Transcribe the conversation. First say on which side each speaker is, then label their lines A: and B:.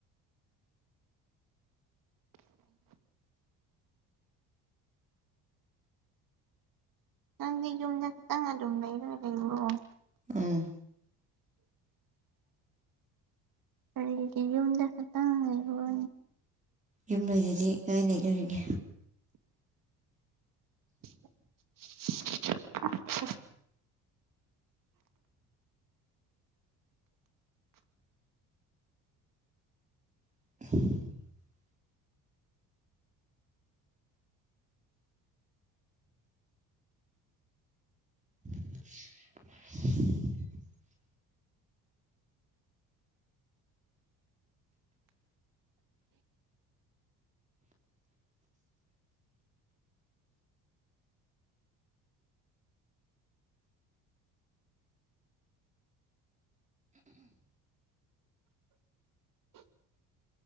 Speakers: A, on the right; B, on the right.
A: ꯅꯪꯗꯤ ꯌꯨꯝꯗ ꯈꯛꯇꯪ ꯑꯗꯨꯝ ꯂꯩꯔꯒ ꯂꯩꯔꯣ <inaudible>
B: ꯎꯝ
A: ꯑꯔꯗꯤ ꯌ ꯎꯟꯗ ꯈꯇꯥ ꯍꯥꯏꯕ
B: ꯌꯨꯝ ꯂꯣꯏꯗꯗꯤ ꯀꯥꯏ ꯂꯩꯗꯣꯔꯤꯒꯦ
A: <inaudible>
B: <inaudible> <inaudible>
A: <inaudible>